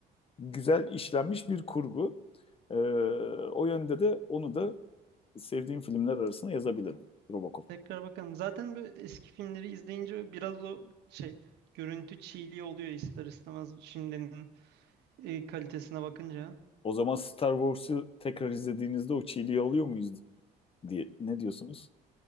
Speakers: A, on the left (about 35°); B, on the right (about 80°).
A: güzel işlenmiş bir kurgu. Ee, o yönde de onu da sevdiğim filmler arasına yazabilirim Robocop.
B: Tekrar bakalım. Zaten böyle eski filmleri izleyince biraz o şey görüntü çiğliği oluyor ister istemez şimdinin e, kalitesine bakınca.
A: O zaman Star Wars'u tekrar izlediğinizde o çiğliği alıyor muyuz diye ne diyorsunuz?